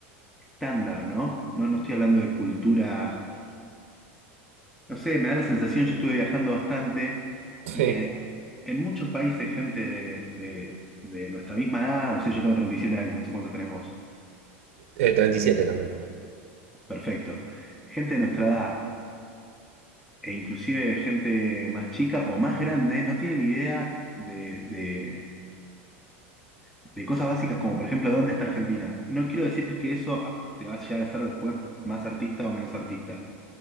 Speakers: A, in the centre; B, on the right.
A: estándar, ¿no? No, no estoy hablando de cultura, no sé, me da la sensación, yo estuve viajando bastante
B: Sí.
A: y que en muchos países gente de, de- de nuestra misma edad, no sé, yo tengo 37 años, no sé cuánto tenés vos.
B: Eh, treinta y siete también,
A: Perfecto. Gente de nuestra edad, e inclusive gente más chica o más grande, no tienen idea de, de- de cosas básicas como, por ejemplo, dónde está Argentina. No quiero decir que eso ah, te va a llegar a hacer después más artista o menos artista,